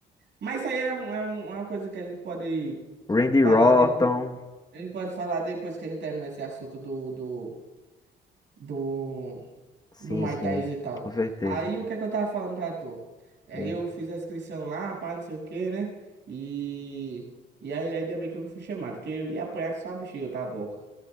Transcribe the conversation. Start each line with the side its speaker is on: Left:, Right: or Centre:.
Right: Mas isso aí é, um- é um- uma coisa que a gente pode
Left: Randy
Right: falar
Left: Orton.
Right: depois. A gente pode falar depois que a gente terminar esse assunto do, do do,
Left: Sim,
Right: do Muay
Left: sim,
Right: Thai e tal.
Left: com certeza.
Right: Aí o que é que eu tava falando pra tu? Aí
Left: Sim.
Right: eu fiz a inscrição lá, pá, não sei o que, né? E, e aí ainda bem que eu não fui chamado, porque eu ia apanhar só a bexiga, tá, boca.